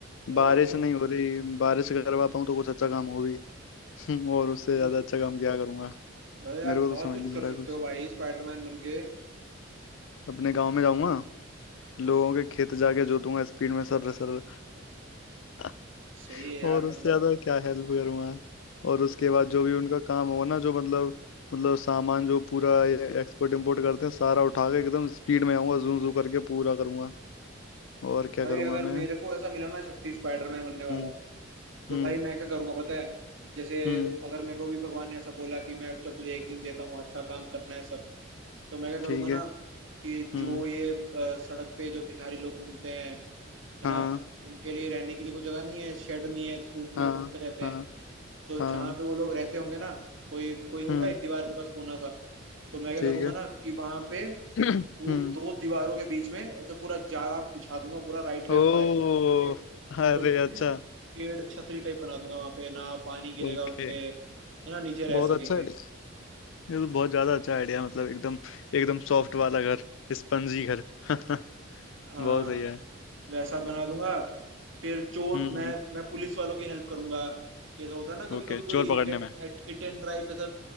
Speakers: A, on the right (about 65°); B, on the left (about 70°).
A: मतलब
B: बारिश
A: आप कुछ
B: नहीं हो रही बारिश अगर करवा पाऊँ तो कुछ अच्छा काम हो भी <laughs> और उससे
A: हम्म,
B: ज्यादा अच्छा काम क्या करूंगा
A: भाई
B: मेरे
A: आप
B: को तो
A: बहुत
B: समझ
A: कुछ
B: नहीं
A: कर
B: आ रहा
A: सकते
B: कुछ
A: हो भाई स्पाइडरमैन बन के
B: अपने गांव में जाऊंगा लोगों के खेत जाके जोतूंगा स्पीड में सर सर <laughs>
A: सही है यार
B: और उससे
A: मतलब
B: ज्यादा क्या हेल्प करूंगा और उसके बाद जो भी उनका काम होगा ना जो मतलब मतलब सामान जो पूरा एक्सपोर्ट इम्पोर्ट करते हैं सारा उठा के एकदम स्पीड में आऊंगा जू जू करके पूरा करूंगा और क्या
A: भाई
B: करूंगा
A: अगर मेरे
B: मैं
A: को ऐसा मिला ना शक्ति स्पाइडरमैन बनने वाला
B: हम्म
A: तो
B: हम्म
A: भाई मैं क्या करूंगा पता है जैसे
B: हम्म
A: अगर मेरे को भी भगवान ने ऐसा बोला कि मैं तो तुझे एक दिन देता हूँ अच्छा काम करना है सब तो मैं क्या करूंगा
B: ठीक
A: ना
B: है
A: कि
B: हम्म
A: जो ये अ, सड़क पे जो भिखारी लोग घूमते हैं है
B: हाँ
A: ना उनके लिए रहने के लिए कोई जगह नहीं है शेड नहीं है धूप में
B: हाँ
A: घूमते रहते
B: हाँ
A: हैं तो
B: हाँ
A: जहाँ पे वो लोग रहते होंगे ना कोई कोई होगा
B: हम्म
A: एक दीवार के पास कोना सा तो मैं क्या
B: ठीक
A: करूंगा
B: है
A: ना कि वहां पे
B: <clears throat>
A: दो
B: हम्म
A: दो दीवारों के बीच में ऐसे पूरा जाला बिछा दूंगा पूरा राइट लेफ्ट
B: ओ
A: राइट लेफ्ट करके
B: अरे
A: उनकी
B: अच्छा
A: ना एक पेड़ छतरी टाइप बना दूंगा वहां पे ना पानी गिरेगा
B: ओके
A: उनपे है ना नीचे रह
B: बहुत अच्छा
A: सकेंगे
B: आइडिया ये तो बहुत ज्यादा अच्छा आइडिया मतलब एकदम एकदम सॉफ्ट वाला घर स्पंजी घर <laughs>
A: हाँ
B: बहुत सही है
A: वैसा बना दूंगा फिर चोर
B: हम्म
A: मैं मैं पुलिस वालों की हेल्प करूंगा जैसा होता है ना कभी
B: ओके
A: कभी कोई
B: चोर पकड़ने
A: hit and
B: में
A: hit and drive ऐसा